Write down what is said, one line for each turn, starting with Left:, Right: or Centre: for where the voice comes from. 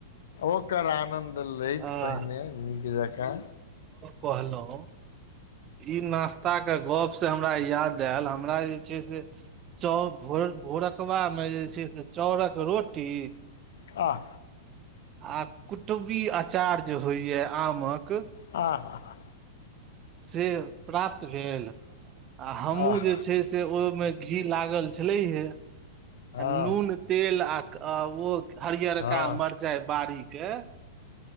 Left: ओकर आनन्द लैत
Right: आह
Left: पहिने नीक जकाँ
Right: कहलौं ई नास्ता के गप्प से हमरा याद एल हमरा जे छै से चप भोरक भोरक कबामे जे छै से चाउरक रोटी
Left: आह
Right: आ कुटबी अँचार जे होइये आमक
Left: आहा हा
Right: से प्राप्त भेल आ हमहूँ
Left: आह
Right: जे छै से ओहिमे घी लागल छलैहे
Left: हँ
Right: आ नून तेल आ क ओ हरियरका
Left: हँ
Right: मरचाइ बाड़ी के